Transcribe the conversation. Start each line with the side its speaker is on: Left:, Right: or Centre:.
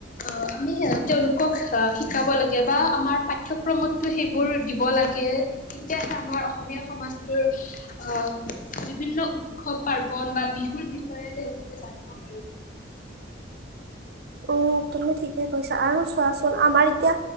Left: অঁ, আমি তেওঁলোকক আহ শিকাব লাগে বা আমাৰ পাঠ্যক্ৰমত ত' সেইবোৰ দিব লাগে তেতিয়াহে আমাৰ অসমীয়া সমাজটোৰ আহঁ বিভিন্ন উৎসৱ পাৰ্বন বা তেওঁলোকে জানিব পাৰিব।
Right: উম, তুমি ঠিকে কৈছা আৰু চোৱাচোন আমাৰ এতিয়া